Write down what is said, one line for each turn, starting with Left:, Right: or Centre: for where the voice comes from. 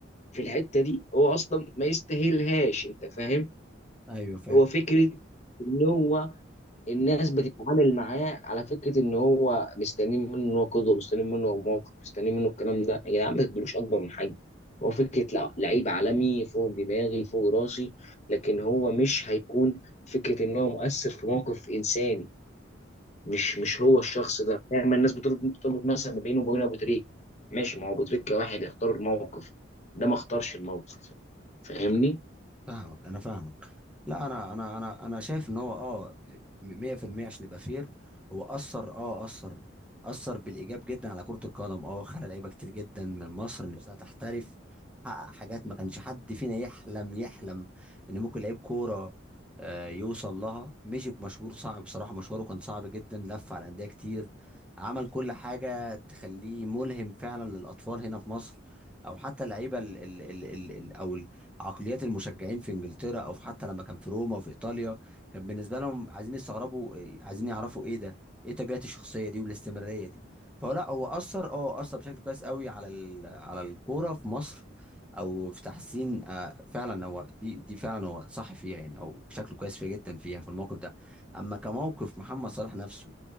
Left: في الحته دي هو اصلا ما يستاهلهاش انت فاهم
Centre: ايوه فاهم
Left: هو فكره ان هو الناس بتتعامل معاه على فكره ان هو مستنيين منه ان هو قدوه مستنيين منه هو موقف مستنيين منه الكلام ده يا جدعان ما تدلوش اكبر من حاجه هو فكره لع- لعيب عالمي فوق دماغي فوق راسي لكن هو مش هيكون فكره ان هو مؤثر في موقف انساني مش مش هو الشخص ده دايما الناس بتربط بتربط مثلا ما بينه وبين ابو تريك ماشي ما هو ابو تريك كواحد اختار الموقف ده ما اختارش الموقف فاهمني
Centre: فاهمك انا فاهمك لا انا انا انا انا شايف ان هو اه 100% عشان يبقى فير هو اثر اه اثر اثر بالايجاب جدا على كرة القدم اه خلى لعيبه كتير جدا من مصر نفسها تحترف حقق حاجات ما كانش حد فينا يحلم يحلم ان ممكن لعيب كوره آه، يوصل لها مشي بمشوار صعب بصراحه مشواره كان صعب جدا لف على انديه كتير عمل كل حاجه تخليه ملهم فعلا للاطفال هنا في مصر او حتى اللعيبه ال ال ال ال او عقليات المشجعين في انجلترا او في حتى لما كان في روما وفي ايطاليا كان بالنسبه لهم عايزين يستغربوا إيه- عايزين يعرفوا ايه ده ايه طبيعه الشخصيه دي والاستمراريه دي فهو لا هو اثر اه اثر بشكل كويس قوي على ال... على الكوره في مصر او في تحسين آه فعلا هو دي دي فعلا هو صح فيها يعني او شكله كويس فيها جدا فيها في الموقف ده اما كموقف محمد صلاح نفسه